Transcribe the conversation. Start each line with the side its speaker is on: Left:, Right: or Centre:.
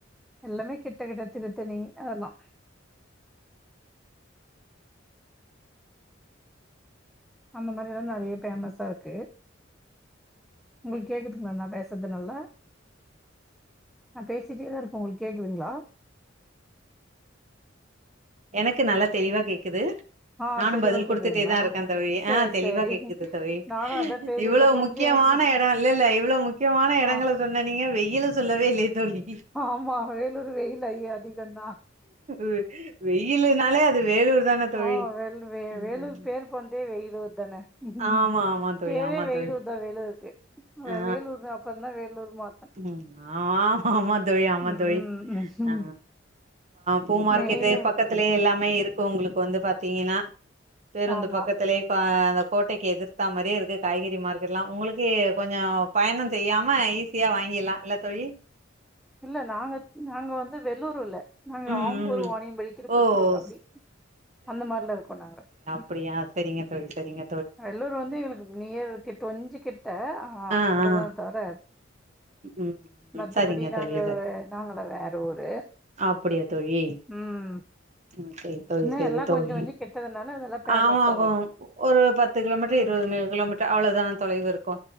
Centre: எல்லாமே கிட்ட கிட்ட திருத்தணி அதெல்லா அந்த மாரி எல்லா நெறைய பேமஸாருக்கு உங்களு கேக்குதுங்களா நா பேசது நல்லா நா பேசிட்டே தா இருக்கே உங்களு கேக்குதுங்களா
Right: எனக்கு நல்லா தெளிவா கேக்குது
Centre: ஆ
Right: நானு
Centre: தெளிவா
Right: பதில் குடுத்துட்டே
Centre: கேக்குதுங்களா
Right: தா இருக்கே தோழி
Centre: சேரி
Right: ஆ தெளிவா
Centre: சேரி
Right: கேக்குது தோழி
Centre: நானு அதா பேசிட்டே
Right: இவ்வளோ
Centre: கொஞ்சோ
Right: முக்கியமான
Centre: எனக்கு
Right: எடோ இல்ல இல்ல இவ்ளோ முக்கியமான எடங்கள
Centre: ஆ
Right: சொன்ன நீங்க வெயில சொல்லவே இல்லையே தோழி
Centre: ஆமா வேலூரு வெயில் ஐ அதிகந்தா
Right: வெ- வெயிலுனாலே அது வேலூர் தான தோழி
Centre: ஆ வெ
Right: ம்.
Centre: வேளுர் பேர் பொண்தே வெயிலு தானே ம்
Right: ஆமா ஆமா தோழி
Centre: பேரே
Right: ஆமா
Centre: வேய்லூர்
Right: தோழி
Centre: தா வேலூர்க்கே
Right: ஆ
Centre: வேலூர்ன அப்ப தா வேலூர் மா
Right: ம் ஆமா ஆமா தோழி ஆமா
Centre: ம்
Right: தோழி ஆ பூ மார்க்கெட்டு
Centre: மெயினு
Right: பக்கத் த்திலே எல்லாமே இருக்கு உங்குளுக்கு வந்து பாத்தீங்கினா பேருந்து
Centre: ஆமா
Right: பக்கத்திலே பா அத கோட்டைக்கி எதிர்த்தா மாரியே இருக்கு காய்கறி மார்க்கெட் எல்லா உங்களுக்கு கொஞ்ச பயண செய்யாம ஈஸ் ஈசியா வாங்கிலா இல்ல தோழி
Centre: இல்ல நாங்க நாங்க வந்து வெலூர்இல்ல நாங்க
Right: ம்
Centre: ஆம்பூர்
Right: ம்
Centre: வாணியம்பள்ளி திருப்பத்தூர்
Right: ஓ
Centre: அப்பிடி
Right: ஸ்
Centre: அந்த மாரிலா இருக்கோ நாங்க ம்
Right: அப்புடியா செரிங்க தோழி செரிங்க
Centre: வெள்ளூர் வந்து எங்களுக்கு நேர் கிட்ட கொஞ்ச கிட்ட
Right: ஆ
Centre: அவ்ளதா
Right: ஆ
Centre: தவிர
Right: ம்
Centre: மத்தபடி
Right: சரிங்க
Centre: நாங்க
Right: தோழி
Centre: நாங்களா வேற ஊரு
Right: அப்பிடியா தோழி
Centre: ம்
Right: ம் செரி தோழி
Centre: இன்னு
Right: செரி
Centre: எல்லா
Right: தோழி
Centre: கொஞ்ச கொஞ்ச கெட்டதுனால அதெல்லா பேமஸ்
Right: ஆமாகோ
Centre: அவ்ளதா
Right: ஒரு பத்து கிலோமீட்ரு
Centre: ம்
Right: இருவதுமைல் கிலோமீட்ர் அவ்ளதா தொலைவு இருக்கு